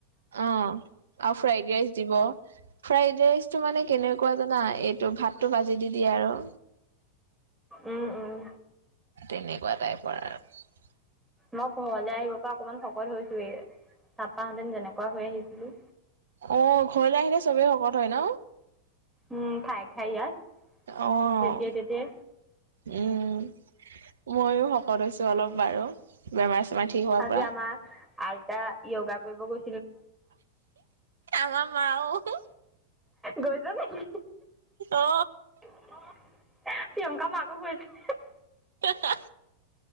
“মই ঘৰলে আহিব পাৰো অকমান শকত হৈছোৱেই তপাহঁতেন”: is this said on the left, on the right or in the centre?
Centre